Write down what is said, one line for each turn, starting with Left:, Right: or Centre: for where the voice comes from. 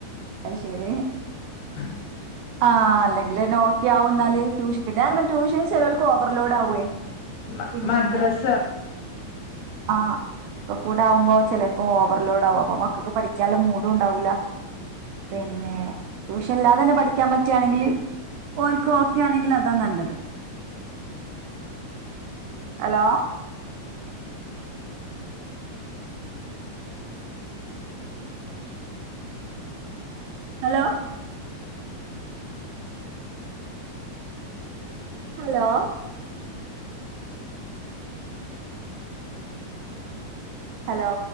Right: അയ് ശെരി,
Left: <unintelligible>
Right: ആ, അല്ലെങ്കിലെന്നെ ഓക്കെ ആവു ഇന്നാല്, ട്യൂഷൻ പിന്നെ കാരണം ട്യൂഷന് ചെലോർക്ക് ഓവർലോഡ് ആവുവേ.
Left: മ
Right: പിന്നെ
Left: മദ്രസ
Right: ആഹ് ഒക്ക കൂടെ ആവുമ്പോ ചെലപ്പോ ഓവർലോഡ് ആവു അപ്പൊ മക്കക്ക് പഠിക്കാല്ല മൂഡു ഇണ്ടാവൂല. പിന്നെ, ട്യൂഷൻ ഇല്ലാതെ തന്നെ പഠിക്കാൻ പറ്റ് ആണെങ്കില് ഓൻക്ക് ഓക്കെ ആണെങ്കിൽ അതാ നല്ലത്. Hello hello hello hello